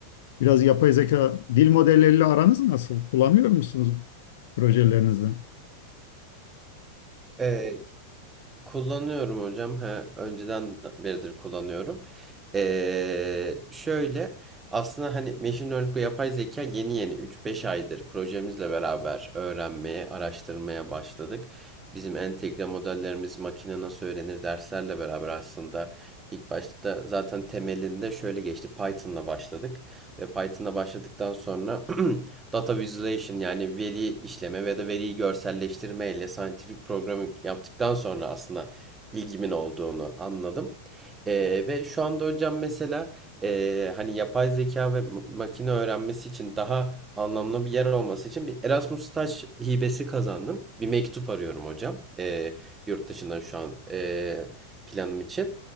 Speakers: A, on the left (about 55°); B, on the right (about 15°).
A: Biraz yapay zeka dil modelleriyle aranız nasıl? Kullanıyor musunuz projelerinizde?
B: Evet. Kullanıyorum hocam. Ha, önceden beridir kullanıyorum. Ee, şöyle aslında hani machine learning ve yapay zeka yeni yeni 3-5 aydır projemizle beraber öğrenmeye, araştırmaya başladık. Bizim entegre modellerimiz makine nasıl öğrenir derslerle beraber aslında ilk başta zaten temelinde şöyle geçti. Python'la başladık ve Python'la başladıktan sonra Data visualization yani veri işleme ve de veriyi görselleştirme ile scientific programming yaptıktan sonra aslında ilgimin olduğunu anladım. Ee, ve şu anda hocam mesela e, hani yapay zeka ve makine öğrenmesi için daha anlamlı bir yer olması için bir Erasmus staj hibesi kazandım. Bir mektup arıyorum hocam. Ee, yurt dışından şu an e, planım için.